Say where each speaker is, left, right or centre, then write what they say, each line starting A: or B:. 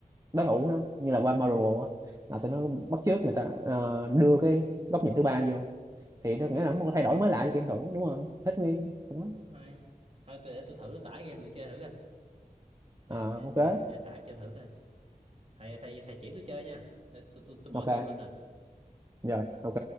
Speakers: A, on the right; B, on the right.
A: đối thủ đó như là qua Marvel á, là
B: à,
A: tụi nó bắt chước người ta ờ, đưa cái góc nhìn thứ ba vô thì
B: thích
A: tôi nghĩ
B: nghi
A: là nó
B: thích
A: một cái
B: nghi
A: thay đổi mới lạ cho game thủ đúng rồi thích nghi đó.
B: cũng hay thôi tôi để tôi thử tải game tôi chơi thử coi để
A: à,
B: để
A: ok
B: để, để tải chơi thử coi thầy thầy thầy chỉ tôi chơi nha để tôi tôi tôi mở
A: ok
B: game lên nè
A: rồi ok